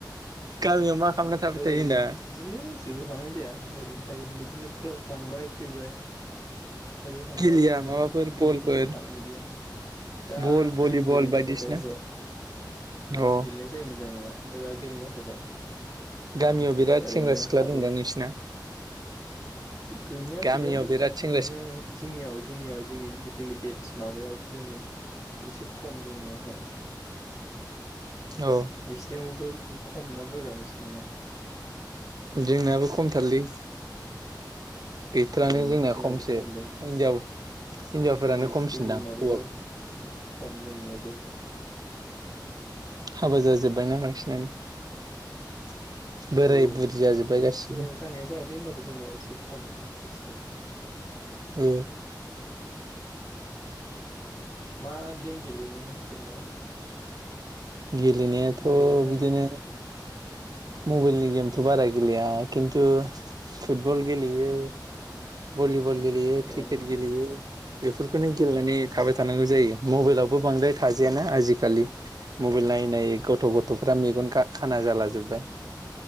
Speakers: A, on the right (about 55°); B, on the left (about 40°).
A: गामियाव मा खालामना थाबाय
B: ओरैन
A: थायो होनदां?
B: बिदिनो जेबो खालामनाय जाया ओरैनो थायो बेदिनो। क्लास थांबाय फैबाय। हाजोआव थांनानै
A: गेलेया
B: फैनानै
A: माबाफोर बलफोर
B: उनावथ' जेबो खामानि गैया दा
A: बल भलिबल
B: जेबो गेलेनाय
A: बायदिसिना
B: जाथ'वाखै ओहो बल
A: अ
B: गेलेनाय जायोमोन जानाया। फाय दा गेलेनाय जाथ'वाखै।
A: गामियाव बिराद
B: ओरैनो
A: सेंग्रा सिख्ला
B: थाथ'दों
A: दंदां नोंसिना
B: गैनाया
A: गामियाव
B: गैयालै
A: बेराद सें
B: बिदिनो जोंनियाव जोंनियाव जोंनि जोंनि बेद इस माबायाव जोंनि एसे खम जोंनियावहाय।
A: औ
B: नोंसिनावबो खमना बुरजा नोंसिनाव
A: जोंनाबो खमथारलै गैथारानो
B: ओं
A: जोंना
B: जोंनाबो
A: खमसो
B: खमलै
A: हिन्जाव हिन्जावफोरानो
B: जोंनि
A: खमसिन
B: जोंनि
A: दां हौवा
B: माबायाव खम जोंनियावबो
A: हाबा जाजोबबायना बांसिनानो बोराय
B: औ
A: बुरि
B: जोंनियाव
A: जाजोब्बाय गासिबो
B: जानाया जायाखै होनबाबो जोंनियाव एसे खम गासैबो
A: ओ
B: मा गेम गेलेयो नोंङो गेलेनाया
A: गेलेनायाथ
B: मबाइलावहाय
A: बिदिनो मबाइलनि गेमथ बारा गेलेया खिन्थु फुटबल गेलेयो भलि बल गेलेयो
B: ए
A: क्रिकेट गेलेयो बेफोर बेखौनो गेलेनानै
B: आदसा
A: थाबाय थानांगौ जायो मबाइलावबो बांद्राय थाजायाना आजिखालि मबाइल नाइन नायै गथ
B: अ
A: गथफ्रा मेगनगा खाना जाला जोबबाय